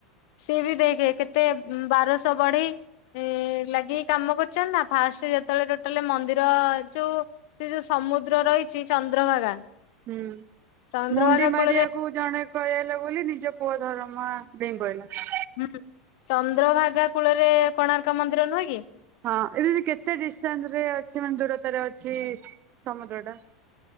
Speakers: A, on the left; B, on the right.
A: ସେି ବି ଦେଖେ କେତେ ବାରଶହ ବଢେଇ ଲାଗି କାମ କରୁଚ ନା ଫାଷ୍ଟ ଯେତେବେଳେ ଟୋଟାଲ ମନ୍ଦିର ଯୋଉ ସେ ଯୋଉ ସମୁଦ୍ର ରହିଛି ଚନ୍ଦ୍ରଭାଗା
B: ହୁଁ।
A: ଚନ୍ଦ୍ରଭାଗା
B: ମୁଣ୍ଡି ମାରିବାକୁ
A: କୂଳରେ
B: ଜଣେ କହେଲା ବୋଲି ନିଜ ପୁଅ ଧର ଦମ ପହିଲ <unintelligible>
A: ହୁଁ ଚନ୍ଦ୍ରଭାଗା କୂଳରେ କୋଣାର୍କ ମନ୍ଦିର ନୁହେଁ କି?
B: ହଁ ନି କେତେ ଦିଷ୍ଟାଂଶରେ ଅ ମାନ ଦୂରତାରେ ଅଛି ସମୁଦ୍ର ଟା।